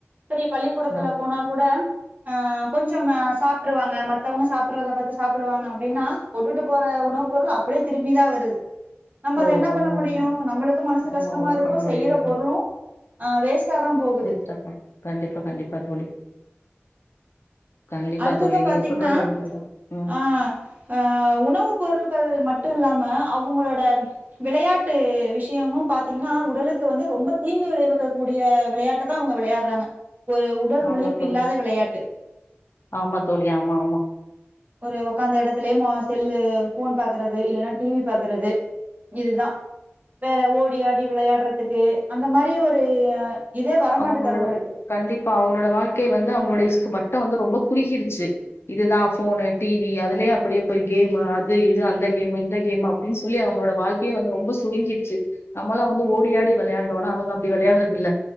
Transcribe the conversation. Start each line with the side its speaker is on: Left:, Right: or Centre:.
Right: சரி பள்ளிக்கூடத்துல
Left: ஆமா
Right: போனா கூட ஆ கொஞ்சோ சாப்ட்ருவாங்க மத்தவங்க சாப்புறத பத்தி சாப்புடுவாங்க அப்டின்னா கொண்டுட்டு போற உணவு பொருள் அப்டியே திரும்பிதா வருது நம்ம
Left: ஓ
Right: அத என்ன
Left: ஆமா
Right: பண்ண முடியு
Left: ஆமா
Right: நம்மளுக்கு மனசு
Left: ஆமா
Right: கஷ்டமாருக்கு
Left: ஒண்ணும் பண்ண முடியாது
Right: செய்யற பொருளு அ வேஸ்டாதா போகுது
Left: வேஸ்டா தான் கண்டிப்பா கண்டிப்பா தோழி கண்டிப்பா
Right: அடுத்ததா
Left: தோழி நீங்க
Right: பாத்திங்னா
Left: சொல்றது உண்மைதான் ம்
Right: ஆஹ் ஆ உணவு பொருள்கள் மட் டு இல்லாம அவங்ளோட விளையாட்டு விஷயமு பா்த்திங்னா உடலுக்கு வந்து ரொம்ப தீங்கு விளைவிக்க கூடிய விளையாட்ட தா அவங்க விளையாட்றாங்க ஒரு உடல் உழைப்பு
Left: ஆமா தோழி
Right: இல்லாத விளையாட்டு
Left: ஆமா தோழி ஆமா ஆமா
Right: ஒரு உக்கார்ந்த இடத்துலயே செல்லு போன் பாக்குறது இல்லைன்னா டிவி பாக்குறது இதுதான் வேற ஓடி ஆடி விளையாடுறதுக்கு அந்த மாரி ஒரு இதே வரமாட்டுது
Left: அவங்களோட
Right: அவங்களுக்கு.
Left: கண்டிப்பா அவங்களோட வாழ்க்கை வந்து அவங்களோட <unintelligible> பட்டம் வந்து ரொம்ப குறுகிருச்சு இதுதான் போனு டிவி அதுலயே அப்படியே போய் கேமு அது இது அந்த கேமு இந்த கேமு அப்படின்னு சொல்லி அவங்களோட வாழ்க்கையே வந்து ரொம்ப சுரிங்கிசிருச்சு நம்மளாம் வந்து ஓடியாடி விளையாந்டோம் ஆனா அவங்க அப்டி விளையாடுறது இல்ல